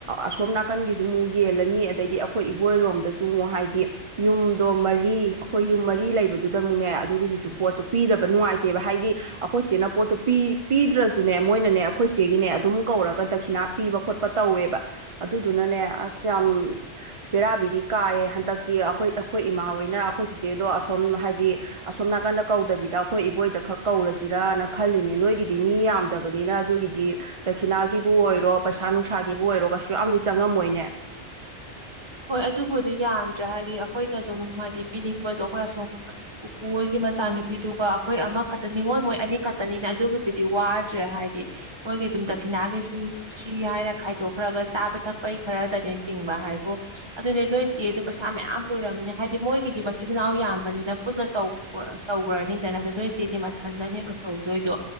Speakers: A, on the right; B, on the right.
A: ꯑꯁꯣꯝ ꯅꯥꯀꯟꯒꯤꯁꯨ ꯑꯃꯨꯛ ꯌꯦꯦꯜꯂꯅꯤ ꯑꯗꯩꯗꯤ ꯑꯩꯈꯣꯏ ꯏꯕꯣꯏꯔꯣꯝꯗꯁꯨ ꯑꯃꯨꯛ ꯍꯥꯏꯗꯤ ꯌꯨꯝꯗꯣ ꯃꯔꯤ ꯑꯩꯈꯣꯏ ꯌꯨꯝ ꯃꯔꯤ ꯂꯩꯕꯗꯨꯗ ꯑꯃꯨꯛꯅꯦ ꯑꯗꯨꯒꯤꯁꯨ ꯄꯣꯠꯇꯣ ꯄꯤꯗꯕ ꯅꯨꯡꯉꯥꯏꯇꯦꯕ ꯍꯥꯏꯗꯤ ꯑꯩꯈꯣꯏꯆꯦꯅ ꯄꯣꯠꯇꯨ ꯄꯤꯗ꯭ꯔꯁꯨꯅꯦ ꯃꯣꯏꯅꯅꯦ ꯑꯩꯈꯣꯏꯆꯦꯒꯤꯅꯦ ꯑꯗꯨꯝ ꯀꯧꯔꯒ ꯗꯈꯤꯅꯥ ꯄꯤꯕ ꯈꯣꯠꯄ ꯇꯧꯋꯦꯕ ꯑꯗꯨꯗꯨꯅꯅꯦ ꯑꯁ ꯌꯥꯝ ꯄꯕꯦꯔꯥꯕꯤꯗꯤ ꯀꯥꯏꯌꯦ ꯍꯟꯗꯛꯇꯤ ꯑꯩꯈꯣꯏ ꯑꯩꯈꯣꯏ ꯏꯃꯥꯍꯣꯏꯅ ꯑꯩꯈꯣꯏ ꯆꯤꯆꯦꯗꯣ ꯑꯁꯣꯝ ꯍꯥꯏꯗꯤ ꯑꯁꯣꯝ ꯅꯥꯀꯟꯗ ꯀꯧꯗꯕꯤꯗ ꯑꯩꯈꯣꯏ ꯏꯕꯣꯏꯗ ꯈꯛ ꯀꯧꯔꯁꯤꯔꯅ ꯈꯜꯂꯤꯅꯦ ꯅꯣꯏꯒꯤꯗꯤ ꯃꯤ ꯌꯥꯝꯗꯕꯅꯤꯅ ꯑꯗꯨꯒꯤꯗꯤ ꯗꯈꯤꯅꯥꯒꯤꯕꯨ ꯑꯣꯏꯔꯣ ꯄꯩꯁꯥ ꯅꯨꯡꯁꯥꯒꯤꯕꯨ ꯑꯣꯏꯔꯣ ꯀꯩꯁꯨ ꯌꯥꯝꯗꯤ ꯆꯪꯉꯝꯃꯣꯏꯅꯦ
B: ꯍꯣꯏ ꯑꯗꯨꯕꯨꯗꯤ ꯌꯥꯝꯗ꯭ꯔꯦ ꯍꯥꯏꯗꯤ ꯑꯩꯈꯣꯏꯅ ꯑꯗꯨꯝ ꯍꯥꯏꯗꯤ ꯄꯤꯅꯤꯡꯕꯗꯣ ꯑꯩꯈꯣꯏ ꯑꯁꯨꯝ ꯎꯄꯨ ꯍꯣꯏꯒꯤ ꯃꯆꯥꯅꯨꯄꯤꯗꯨꯒ ꯑꯩꯈꯣꯏ ꯑꯃꯈꯛꯇꯅꯤꯉꯣꯏ ꯃꯣꯏ ꯑꯅꯤ ꯈꯛꯇꯅꯤꯅ ꯑꯗꯨꯒꯤꯕꯨꯗꯤ ꯋꯥꯗ꯭ꯔꯦ ꯍꯥꯏꯗꯤ ꯃꯣꯏꯒꯤ ꯑꯗꯨꯝ ꯗꯈꯤꯅꯥꯒꯤꯁꯤ ꯁꯤ ꯍꯥꯏꯔ ꯈꯥꯏꯗꯣꯛꯈ꯭ꯔꯒ ꯆꯥꯕ ꯊꯛꯄꯩ ꯈꯔꯗꯅꯦ ꯇꯤꯡꯕ ꯍꯥꯏꯕꯨ ꯑꯗꯨꯅꯦ ꯅꯣꯏ ꯆꯦꯗ ꯄꯩꯁꯥ ꯃꯌꯥꯝ ꯂꯣꯏꯔꯝꯅꯦ ꯍꯥꯏꯗꯤ ꯃꯣꯏꯒꯤꯗꯤ ꯃꯆꯤꯟ ꯃꯅꯥꯎ ꯌꯥꯝꯕꯅꯤꯅ ꯄꯨꯟꯅ ꯇꯧꯈ꯭ꯔꯅꯤꯗꯅ ꯑꯗ ꯅꯣꯏ ꯆꯦꯗꯤ ꯃꯊꯟꯗꯅꯦ ꯑꯣꯏꯍꯧꯗꯣꯏꯗꯣ